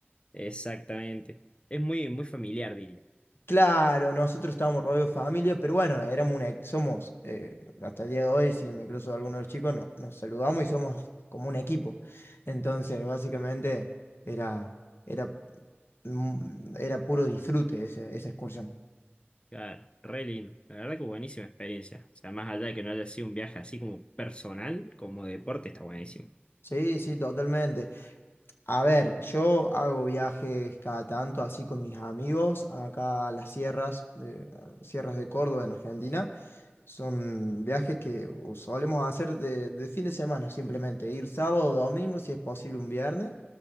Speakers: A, on the left; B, on the left.
A: Exactamente. Es muy, muy familiar, diría.
B: Claro, nosotros estábamos rodeados de familia, pero bueno, éramos una, somos, eh, hasta el día de hoy, si me cruzo a alguno de los chicos, no- nos saludamos y somos como un equipo. Entonces, básicamente era, era, mm, era puro disfrute ese- esa excursión.
A: Claro, re lindo. La verdad que buenísima experiencia. O sea, más allá de que no haya sido un viaje así como personal, como deporte, está buenísimo.
B: Sí, sí, totalmente. A ver, yo hago viajes cada tanto así con mis amigos acá a las sierras, de, sierras de Córdoba en Argentina. Son viajes que o solemos hacer de, de fin de semana simplemente. Ir sábado, o domingo, si es posible un viernes.